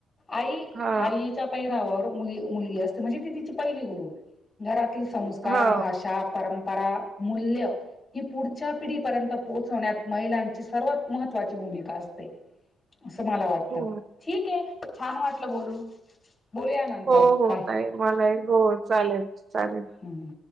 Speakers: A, on the left (about 20°); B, on the right (about 45°).
A: आई
B: हा
A: आईच्या पहिरावावर मुली मुलगी असते म्हणजे ती तिची पहिली गुरु घरात ती संस्कार
B: हा
A: भाषा परं परा मुल्य ही पुढच्या पिढी पर्यंत पोहोचण्यात महिलांची सर्वात महत्त्वाची भूमिका असते असं मला वाटत
B: हो
A: ठीक हे. छान वाटलं बोलून. बोलूया नंतर.
B: हो हो
A: बाय.
B: ताई मलाही हो चालेल चालेल.
A: हम्म.